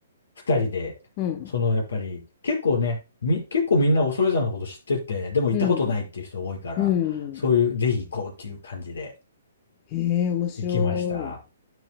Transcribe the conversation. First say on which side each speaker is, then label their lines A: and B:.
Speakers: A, on the left; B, on the left.
A: 二人で、
B: うん。
A: その、やっぱり、結構ね、み、結構みんな恐山のこと知ってて、でも行ったことないっていう人多いから、
B: うん。うん。
A: そういう、ぜひ行こうっていう感じで
B: へえ、面白い。
A: 行きました。
B: い